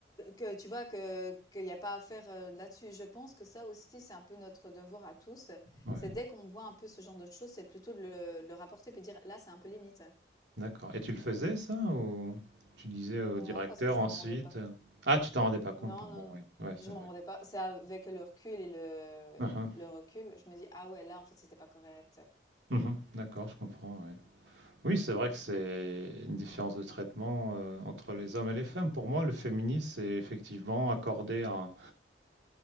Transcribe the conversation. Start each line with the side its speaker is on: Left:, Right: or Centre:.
Left: que tu vois que qu'il y a pas à faire euh, là-dessus. Je pense que ça aussi, c'est un peu notre devoir à tous.
Right: Ouais.
Left: C'est dès qu'on voit un peu ce genre de choses, c'est plutôt de le, de le rapporter puis dire là, c'est un peu limite.
Right: D'accord. Et tu le faisais ça ou tu disais au directeur
Left: Non, parce que je
Right: ensuite?
Left: m'en rendais pas.
Right: euh, Ah, tu t'en rendais pas compte,
Left: Non,
Right: pardon,
Left: non, non.
Right: oui. Ouais,
Left: Je
Right: c'est
Left: m'en
Right: vrai.
Left: rendais pas. C'est avec le recul et le,
Right: Uhum,
Left: le recul, je me dis ah ouais, là, en fait, c'était pas correct.
Right: uhum, D'accord, je comprends, ouais. Oui,
Left: Donc,
Right: c'est
Left: ouais.
Right: vrai que c'est une différence de traitement euh, entre les hommes et les femmes. Pour moi, le féminisme, c'est effectivement accorder un